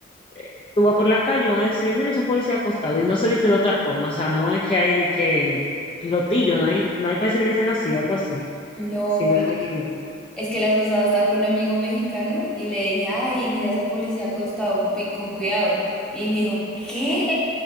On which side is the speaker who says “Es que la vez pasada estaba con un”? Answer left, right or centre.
Centre